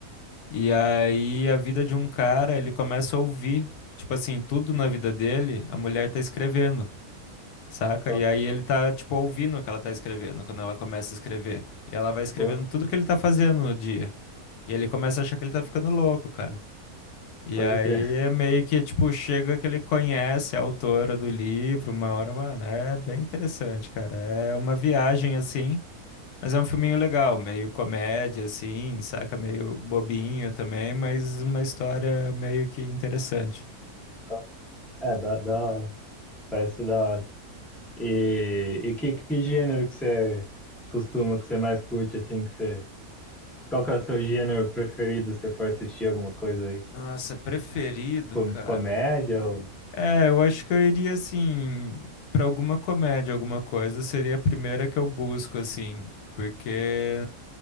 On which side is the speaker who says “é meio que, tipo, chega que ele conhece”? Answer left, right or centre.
Left